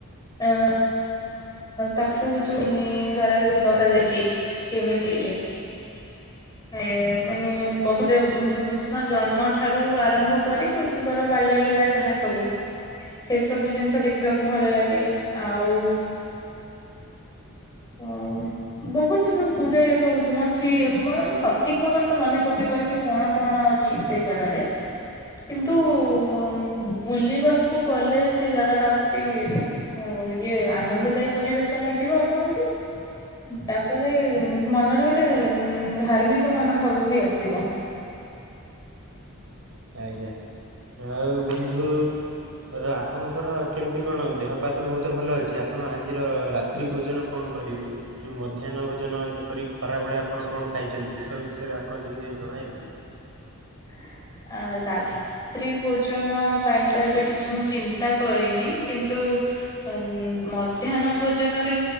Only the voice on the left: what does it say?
ଆଃ ତାକୁ ଯୋଉ <unintelligible> ଦ୍ଵାରା ଯୋଉ ଦର୍ଶ ଯାଇଛି କେମିତି? ଏ ମାନେ ବସୁଦେବ କୃଷ୍ଣ ଜନ୍ମ ଠାରୁ ଆରମ୍ଭ କରି କୃଷ୍ ଙ୍କର ବାଲ୍ୟ ଲୀଳା ଯାହା ସବୁ ସେ ସବୁ ଜିନିଷ ଦେଖିବାକୁ ଭଲ ଲାଗେ ଆଉ
ଓ ବହୁତ ଗୁଡ଼େ କହୁଛି ମୋ ଠି ମୋର ସଠିକ ଭାବରେ ତ ମନେ ପକେଇ ପାରୁନି କଣ କଣ ଅଛି ସେଇ ଜାଗାରେ? କିନ୍ତୁ ଉ ବୁଲିବାକୁ ଗଲେ ସେଇ ଜାଗା ଟା ଅତି ଉଁ ଇଏ ଆନନ୍ଦଦାୟୀ ପରିବେଶ ଲାଗିବ ଆପଣଙ୍କୁ। ତାପରେ ମନରେ ଗୋଟେ ଧାର୍ମିକ ମନୋଭାବ ବି ଆସିବ।
<inaudible> ଆ ରାତ୍ରି ଭୋଜନ ପାଇଁ ତ ଏବେ କିଛି ମୁଁ ଚିନ୍ତା କରିନି। କିନ୍ତୁ ତୁ ଉ ମଧ୍ୟହ୍ନ ଭୋଜନରେ